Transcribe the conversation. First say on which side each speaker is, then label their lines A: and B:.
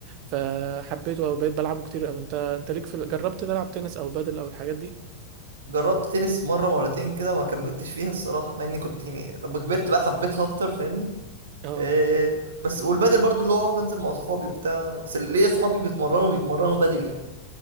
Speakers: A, on the right; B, on the right.
A: فحبيته قوي بقيت بلعبه كتير قوي انت انت ليك في ال- جربت تلعب تنس او بادل او الحاجات دي
B: جربت تنس مرة مرتين كده ما كملتش فيها الصراحة مع اني كنت يعني لما كبرت بقى حبيتها اكتر فاهمني
A: اه
B: آه بس والبادل برضو اللي هو بنزل مع اصحابي بتاع بس ليا اصحابي بيتمرنوا بيتمرنوا بادل يعني